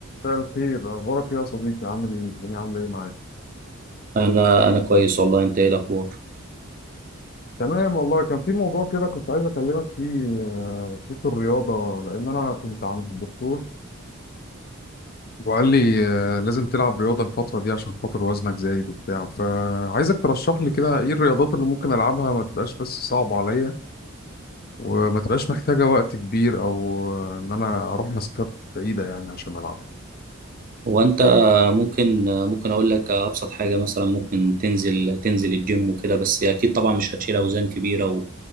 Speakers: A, on the left; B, on the right.
A: مساء الخير اخبارك ايه يا صديقي عامل ايه الدنيا عامله ايه معاك
B: انا انا كويس والله انت ايه الاخبار
A: تمام والله كان في موضوع كده كنت عايز اكلمك فيه آه، خصوص الرياضه لان انا كنت عند الدكتور وقال لي آه، لازم تلعب رياضه الفتره دي عشان خاطر وزنك زايد وبتاع فعايزك ترشح لي كده ايه الرياضات اللي ممكن العبها ما تبقاش بس صعبه عليا وما تبقاش محتاجه وقت كبير او آه، ان انا اروح مسافات بعيده يعني عشان العبها
B: هو انت ممكن ممكن اقول لك ابسط حاجه مثلا ممكن تنزل تنزل الجيم وكده بس اكيد طبعا مش هتشيل اوزان كبيره و...